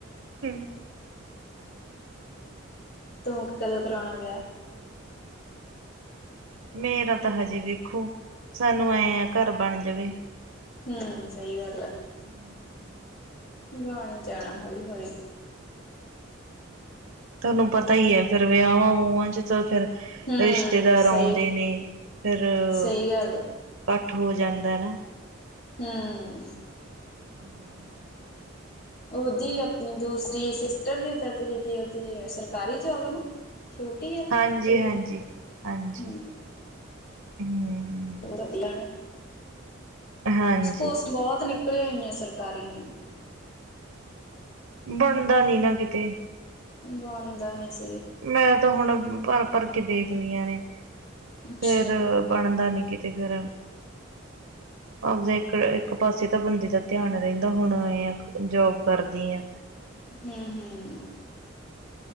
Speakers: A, on the right; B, on the left.
A: ਹਮ
B: ਤੂੰ ਕਦੋਂ ਕਰਾਉਣਾ ਵਿਆਹ।
A: ਮੇਰਾ ਤਾਂ ਹਜੇ ਵੇਖੋ। ਸਾਨੂੰ ਐਂ ਆ ਘਰ ਬਣ ਜਾਵੇ।
B: ਹਮ ਸਹੀ ਗੱਲ।
A: ਹਮ।
B: ਬਾਣੀ ਜਾਣਾ ਹੌਲੀ ਹੌਲੀ।
A: ਤੁਹਾਨੂੰ
B: ਘਰ ਬਾਰ
A: ਪਤਾ ਹੀ
B: ਤਾਂ
A: ਹੈ ਫੇਰ ਵਿਆਹ ਵਾਂ ਵ ਆਂ ਚ ਫਿਰ
B: ਹਮ
A: ਰਿਸ਼ਤੇਦਾਰ
B: ਸਹੀ
A: ਆਉਂਦੇ ਨੇ ਫੇਰ
B: ਸਹੀ
A: ਕੱਠ
B: ਗੱਲ
A: ਕੱਠ ਹੋ ਜਾਂਦਾ ਨਾ
B: ਹਮ
A: ਹਮ
B: ਉਦੀ ਆਪਣੀ ਦੂਸਰੀ ਸਿਸਟਰ ਦੀ ਤੇਰੀ ਦੀ ਉਹਦੀ ਸਰਕਾਰੀ ਜੋਬ ਹੈ ਨਾ ਛੋਟੀ ਹੈ ਨਾ
A: ਹਾਂਜੀ,
B: ਤੇਰੇ
A: ਹਾਂਜੀ
B: ਤੋਂ
A: ਹਾਂਜੀ
B: ਹਮ
A: ਹਮ
B: ਵਧੀਆ ਨਾ।
A: ਹਾਂਜੀ
B: ਸਪੋਰਸ ਬਹੁਤ ਨ ਪੜੇ ਹੋਆਂ ਸਰਕਾਰੀ ਹੋ
A: ਬਣਦਾ ਨੀ ਨਾ ਕਿਤੇ
B: ਬਣਦਾ ਨੀ ਸ
A: ਮੇਰਾ ਤਾਂ ਹੁਣ ਭਰ ਭਰ ਕੇ ਦੇਖ ਲਈਆਂ ਨੇ
B: ਅੱਛਾ
A: ਫੇਰ ਬਣਦਾ ਨੀ ਕੀ- ਤੇ ਗਰਮ ਹਜੇ ਇਕ ਐ ਇੱਕ ਪਾਸੇ ਤਾਂ ਬੰਦੇ ਦਾ ਧਿਆਨ ਰੇਂਦਾ ਹੁਣ ਏਆਂ ਜੋਬ ਕਰਦੀ ਆਂ।
B: ਹੂੰ ਹੂੰ